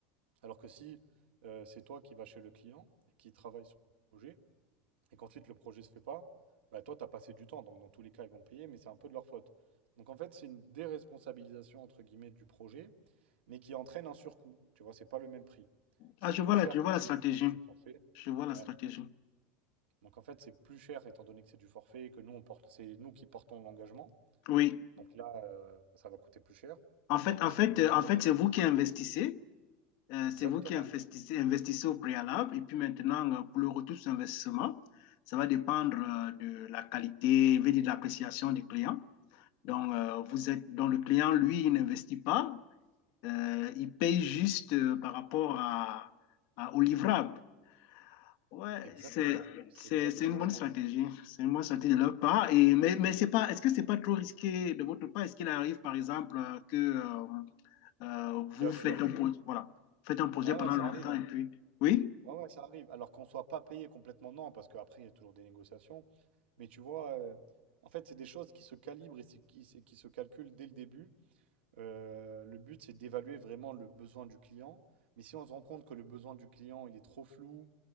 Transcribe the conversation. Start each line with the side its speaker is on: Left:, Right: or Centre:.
Right: Alors que si euh, c'est toi qui vas chez le client et qui travaille sur le projet, et qu'ensuite le projet se fait pas, bah toi, tu as passé du temps. Donc dans tous les cas, ils vont payer, mais c'est un peu de leur faute. Donc en fait, c'est une déresponsabilisation, entre guillemets, du projet, mais qui entraîne un surcoût. Tu vois, c'est pas le même prix. C'est
Left: Ah, je
Right: plus
Left: vois la,
Right: cher
Left: je vois
Right: quand c'est
Left: la stratégie.
Right: du, du forfait.
Left: Je vois la
Right: Ouais.
Left: stratégie.
Right: Donc en fait, c'est plus cher étant donné que c'est du forfait, et que nous, on porte, c'est nous qui portons l'engagement.
Left: Oui.
Right: Donc là, euh, ça va coûter plus cher.
Left: En fait,
Right: Alors que
Left: en
Right: s'ils
Left: fait,
Right: voulaient
Left: euh,
Right: le
Left: en
Right: faire
Left: fait,
Right: eux,
Left: c'est vous
Right: euh,
Left: qui investissez Euh,
Right: exactement.
Left: c'est vous qui investissez, investissez au préalable. Et puis maintenant, euh, pour le retour sur investissement, ça va dépendre euh, de la qualité, je de l'appréciation du client. Donc, euh, vous êtes, donc, le client, lui, il n'investit pas. Euh, il paye juste euh, par rapport à, à- au livrable. Ouais,
Right: Exactement,
Left: c'est,
Right: c'est
Left: c'est,
Right: exactement
Left: c'est une bonne
Right: ça.
Left: stratégie. C'est une bonne stratégie de leur part. Et, mais mais c'est pas, est-ce que c'est pas trop risqué de votre part? Est-ce qu'il arrive, par exemple, euh, que, euh, euh, vous
Right: Bien sûr,
Left: faites un projet, voilà, faites un projet
Right: ouais,
Left: pendant
Right: ouais, ça
Left: longtemps
Right: arrive. hein.
Left: et puis, oui,
Right: Ouais, ouais, ça arrive. Alors qu'on soit pas payé complètement, non, parce qu'après, il y a toujours des négociations. Mais tu vois, euh, en fait, c'est des choses qui se calibrent et c'est- qui, et qui se calculent dès le début. Euh, le but, c'est d'évaluer vraiment le besoin du client. Mais si on se rend compte que le besoin du client, il est trop flou,